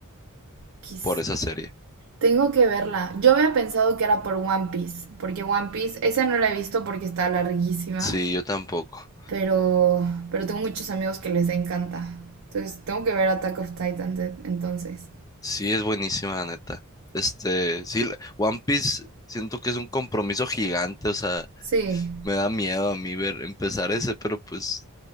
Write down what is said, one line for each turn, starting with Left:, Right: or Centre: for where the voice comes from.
Right: quizá.
Left: por esa serie.
Right: Tengo que verla. Yo había pensado que era por One Piece, porque One Piece, esa no la he visto porque está larguísima.
Left: Sí, yo tampoco.
Right: Pero, pero tengo muchos amigos que les encanta. Entonces, tengo que ver Attack of Titans e- entonces.
Left: Sí, es buenísima, la neta. Este, sí, la- One Piece siento que es un compromiso gigante, o sea,
Right: Sí,
Left: me da miedo a mí ver empezar ese, pero pues